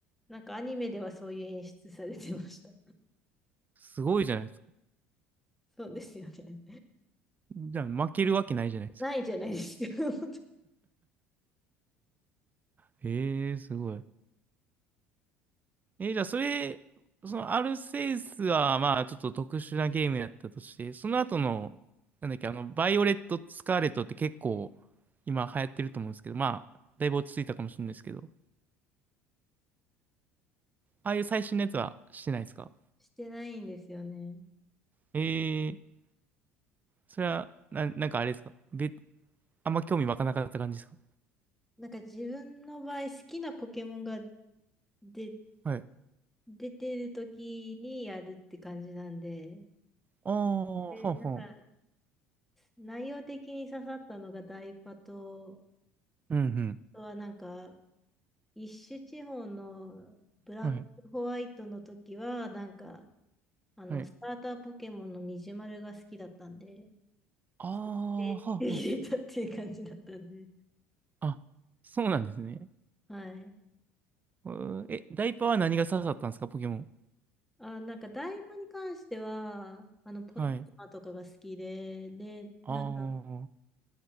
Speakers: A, in the centre; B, on the right (about 25°).
A: なんか、アニメではそういう演出されてました。
B: すごいじゃないですか。
A: そうですよね。
B: じゃあ負けるわけないじゃないですか。
A: <laughs> ないじゃないですか。<laughs>
B: へえ、すごい。えーじゃあそれ、そのアルセウスはまあちょっと特殊なゲームやったとして、その後の、なんだっけ、あの、バイオレット・スカーレットって結構今流行ってると思うんですけど、まあ、だいぶ落ち着いたかもしれないですけど、ああいう最新のやつはしてないですか
A: してないんですよね。
B: えー、それは、な、なんかあれですかべ、あんま興味湧かなかった感じですか
A: なんか、自分の場合、好きなポケモンがで
B: はい。
A: 出てる時にやるって感じなんで、
B: ああ、
A: で、
B: はあはあ。
A: なんか、内容的に刺さったのがダイパと、
B: うん
A: あとはなんか、一種地方のブラックホワイトの時は、
B: うん。はい。
A: なんか、あの、
B: はい。
A: スターターポケモンのミジュマルが好きだったんで、<laughs>
B: ああ、
A: それで入れたっていう感じだったんで、
B: はあはあ。あ、そうなんですね。
A: はい。
B: うーえ、ダイパーは何が刺さったんですか、ポケモン。
A: あ、なんか、ダイパに関しては、あの、ポッマとかが好きで、
B: はい。
A: で、
B: ああ、
A: なんか、
B: は